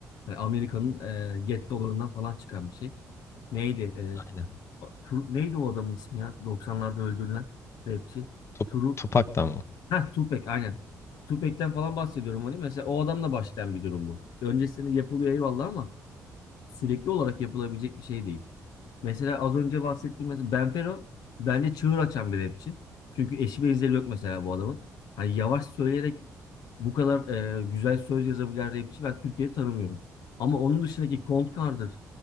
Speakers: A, on the left; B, on the left.
A: Yani Amerika'nın e, Get Dollар'ından falan çıkan bir şey. Neydi? E,
B: Aynen.
A: Tur- neydi o adamın ismi ya? 90'larda öldürülen rapçi.
B: Tup,
A: Turu
B: Tupac da mı?
A: Heh, Tupac aynen. Tupac'ten falan bahsediyorum hani. Mesela o adamla başlayan bir durum bu. Öncesinde yapılıyor eyvallah ama sürekli olarak yapılabilecek bir şey değil. Mesela az önce bahsettiğim mesela Benfero bence çığır açan bir rapçi. Çünkü eşi benzeri yok mesela bu adamın. Hani yavaş söyleyerek bu kadar e, güzel söz yazabilen rapçi ben Türkiye'de tanımıyorum. Ama onun dışındaki Kontkar'dır.